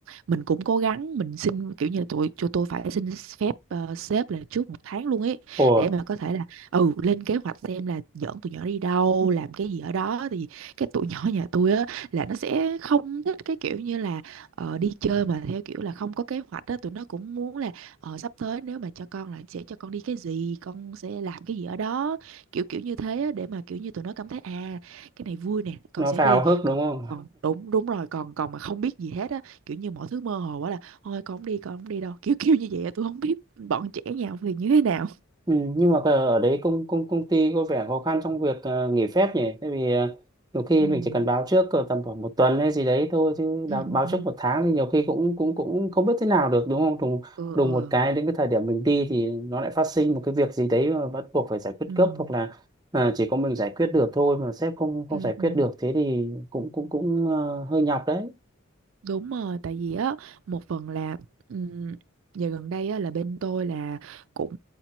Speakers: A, on the right; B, on the right.
A: mình cũng cố gắng mình xin kiểu như là tụi cho tôi phải xin phép ờ, sếp là trước một tháng luôn ấy
B: ủa
A: để mà có thể là ừ lên kế hoạch xem là dẫn tụi nhỏ đi đâu làm cái gì ở đó thì cái tụi nhỏ nhà tôi á là nó sẽ không thích cái kiểu như là ờ, đi chơi mà theo kiểu là không có kế hoạch á tụi nó cũng muốn là ờ sắp tới nếu mà cho con là sẽ cho con đi cái gì con sẽ làm cái gì ở đó kiểu kiểu như thế á, để mà kiểu như tụi nó cảm thấy à cái này vui nè con
B: nó
A: sẽ
B: phải
A: đi
B: vào hức đúng
A: còn
B: không
A: còn đúng đúng rồi còn còn mà không biết gì hết á kiểu như mọi thứ mơ hồ quá là thôi con không đi con không đi đâu kiểu <laughs> kiểu như vậy á, tôi không biết bọn trẻ nhà ông thì như thế nào
B: Ừ, nhưng mà ờ, ở đấy công công công ty có vẻ khó khăn trong việc ờ, nghỉ phép nhỉ? Tại vì ờ, nhiều khi
A: ừ
B: mình chỉ cần báo trước ờ, tầm khoảng một tuần hay gì đấy thôi chứ
A: ừ
B: đã- báo
A: ừ
B: trước một tháng thì nhiều khi cũng cũng cũng không biết thế nào được đúng không? Đùng
A: ừ
B: đùng
A: ừ
B: một cái đến cái thời điểm mình đi thì nó lại phát sinh một cái việc gì đấy mà bắt buộc phải giải quyết
A: ừ
B: gấp hoặc là ờ, chỉ có mình giải quyết được thôi mà sếp không không
A: ừ
B: giải
A: ừ
B: quyết được thế thì cũng cũng cũng ờ, hơi nhọc đấy.
A: Đúng rồi, tại vì á một phần là um, giờ gần đây á là bên tôi là cũng